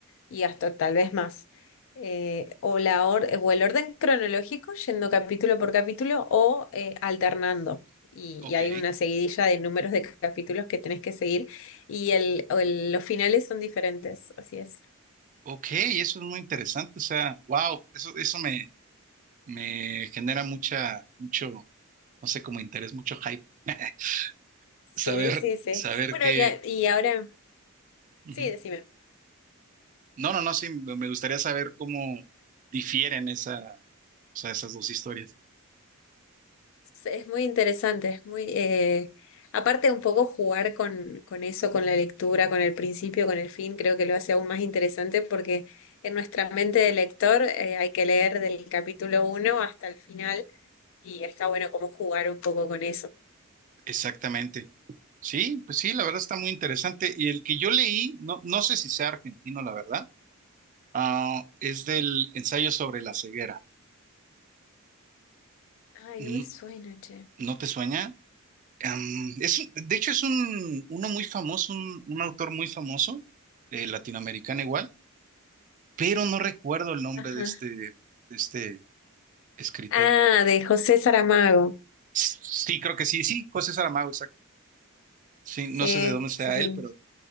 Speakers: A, on the left (about 60°); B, on the right (about 35°).
A: y hasta tal vez más. Eh, o, la or- o el orden cronológico, yendo capítulo por capítulo, o eh, alternando. Y,
B: Ok,
A: y hay una seguidilla de números de capítulos que tenés que seguir y el, o el- los finales son diferentes, así es.
B: ok, eso es muy interesante. O sea, wow, eso, eso me, me genera mucha, mucho, no sé, como interés, mucho hype. <laughs> Saber,
A: Sí, sí, sí.
B: saber
A: Bueno,
B: qué.
A: y, a- y ahora,
B: Ujú.
A: sí, decime.
B: No, no, no, sí, me me gustaría saber cómo difieren esa, o sea, esas dos historias.
A: Sí, Es muy interesante, es muy, eh, aparte un poco jugar con, con eso, con la lectura, con el principio, con el fin, creo que lo hace aún más interesante porque en nuestra mente de lector eh, hay que leer del capítulo uno hasta el final y está bueno como jugar un poco con eso.
B: Exactamente. Sí, pues sí, la verdad está muy interesante. Y el que yo leí, no, no sé si sea argentino, la verdad Ah, es del ensayo sobre la ceguera.
A: Ay,
B: Mm,
A: no me suena, che.
B: ¿No te sueña? Am, es, un- de hecho, es un, uno muy famoso, un, un autor muy famoso, eh, latinoamericano igual, pero no recuerdo el nombre
A: Ajá.
B: de este, de este escritor.
A: Ah, de José Saramago.
B: Sí, creo que sí, sí, José Saramago, exacto. Sí,
A: Sí,
B: no sé de dónde sea
A: sí, sí.
B: él, pero